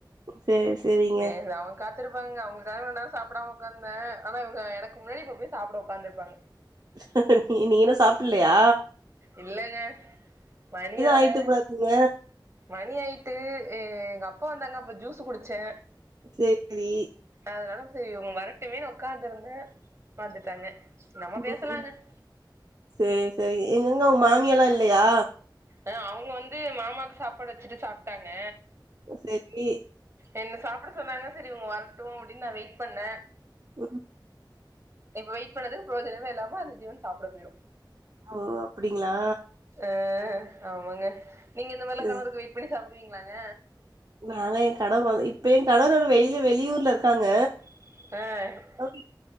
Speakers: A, on the right; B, on the right.
A: சேரி சேரிங்க
B: வேற அவங்க கத் வந்திருப்பாங்க அவுங்களுக்காக சாப்பிடாம உக்கார்ந்தே ஆனா இங்க எனக்கு முன்னாடி இப்ப போய் சாப்பிட உக்காத்துருப்பாங்க
A: நீ நீ இன்னீயூ சாப்பிட்லியா
B: இல்லங்க மணி ஆவல
A: ஆயிட்டு போல இருக்கீங்க
B: மணி ஆயிட் ட்ச்சி எங்க அப்பா வந்தாங்க அப்ப ஜூஸ் குடிச்சே
A: சே ரீ
B: அதனால சரி இவங்க வரட்டுமே உக்காந்திருந்தே வந்துட்டாங்க நம்ம
A: ம்
B: பேசலாங்க
A: ம் சேரி சேரி எங்கங்க உங்க மாமியாலா இல்லையா
B: ஆ அவங்க வந்து மாமாக்கு சாப்பாடு வச்சுட்டு சாப்ட்டாங்க
A: சேரி
B: என்ன சாப்ட சொன்னாங்க சேரி இவங்க வரட்டு அப்டின்னு நா வெயிட் பண்ண
A: ம்
B: இப்ப வெயிட் பண்ணதுக்கு பிரோஜனமே இல்லாம அந்த ஜீவன் சாப்ட போயிடு
A: ஓ அப்பிடிங்ளா
B: அ ஆமாங்க நீங்க இந்த மாரிலா
A: சரி
B: கணவருக்கு வெயிட் பண்ணி சாப்டுவீங்களாங்க
A: நாங்க எங் கணவர் வந்து இப்ப எங் கணவர் வந்து வெளிய வெளியூர்ல இருக்காங்க
B: அ
A: <inaudible> அ